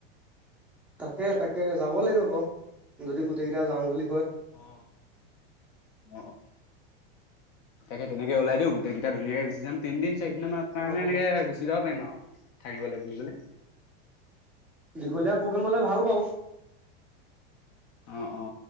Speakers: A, in the centre; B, on the left (about 45°).
A: তাকে তাকে যাব লাগিব বাৰু যদি গোটেই কেইটা যাওঁ বুলি কয়।
B: অ ন তাকে তেনেকে ওলাই দিওঁ গোটেইকেইটা ধুনাক গুচি যাম তিনদিন চাৰিদিনৰ কাৰণে
A: অ অ
B: এনেকে গুচি যাব পাৰিম আৰু থাকিবলৈ বোলি কলে।
A: দীঘলীয়া প্ৰগ্ৰেম হলে ভাল বাউ
B: অ অ